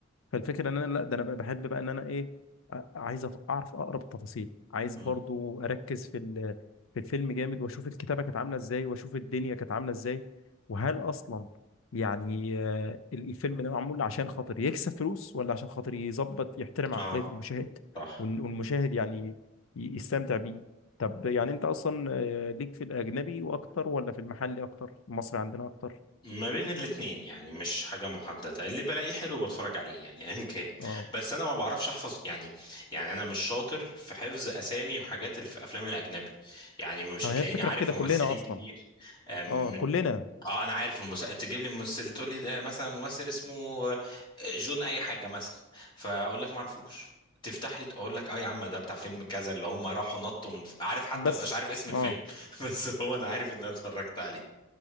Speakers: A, on the left; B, on the left.
A: فالفكره ان انا لا ده انا بقى بحب بقى ان انا ايه أ- عايز أف- اعرف اقرب التفاصيل عايز برضو
B: م.
A: اركز في ال- في الفيلم جامد واشوف الكتابه كانت عامله ازاي واشوف الدنيا كانت عامله ازاي وهل اصلا يعني آه، الفيلم ده معمول عشان خاطر يكسب فلوس ولا عشان خاطر يظبط يحترم عقليه
B: اه
A: المشاهد
B: صح
A: وال- والمشاهد يعني ي- يستمتع بيه طب يعني انت اصلا آه، ليك في الاجنبي واكتر ولا في المحلي اكتر المصري عندنا اكتر
B: ما بين الاتنين يعني مش حاجة محددة اللي بلاقيه حلو بتفرج عليه يعني <laughs> ايا كان
A: اه
B: بس انا ما بعرفش احفظ يعني يعني انا مش شاطر في حفظ اسامي وحاجات اللي في افلام الاجنبي يعني مش
A: ما
B: هتلاقيني
A: هي الفكره
B: عارف
A: في كده
B: ممثلين
A: كلنا اصلا
B: كتير أم،
A: اه كلنا
B: اه انا عارف المسلسل تجيب لي ممثل تقول لي ده مثلا ممثل اسمه آه، جون اي حاجة مثلا فاقول لك ما اعرفوش تفتح لي اقول لك اه يا عم ده بتاع فيلم كذا اللي هم راحوا نطوا من ف... عارف حتى
A: بس
B: مبقاش عارف اسم الفيلم
A: اه
B: <laughs> بس هو انا عارف ان انا اتفرجت عليه